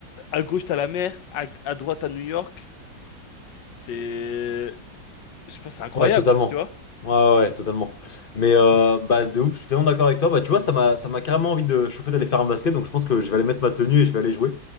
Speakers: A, on the left; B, on the left.
A: À gauche, t'as la mer, à, à droite, à New York. C'est, je pense, que c'est incroyable,
B: Ouais, totalement.
A: tu vois.
B: Ouais, ouais, ouais, totalement. Mais euh, bah, de ouf, je suis tellement d'accord avec toi. Bah, tu vois, ça m'a, ça m'a carrément envie de chauffer d'aller faire un basket. Donc, je pense que je vais aller mettre ma tenue et je vais aller jouer.